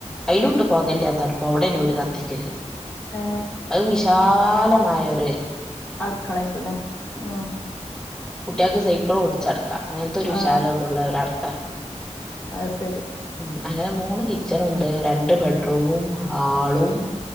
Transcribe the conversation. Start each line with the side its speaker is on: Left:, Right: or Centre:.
Centre: അയലുണ്ട് പൊക്കെല്ലാതടുപ്പ് അവിടെന്നെ ഒരു കത്തിക്കല്
Left: ഏ
Centre: അത് വിശാല മൊരു <unintelligible>
Left: അടുക്കളക്കുംല്ലേ ഉം
Centre: കുട്ടികൾക്ക് സൈക്കിൾ ഓടിച്ചടക്കാം അങ്ങനത്തെ ഒരു
Left: ആ
Centre: വിശാല ഉള്ള ഒരു അടുക്കള
Left: അത് ശരി
Centre: ഉ അങ്ങനെ മൂന്ന് കിച്ചൺ ഉണ്ട് രണ്ട് ബെഡ്റൂമും ഹാളും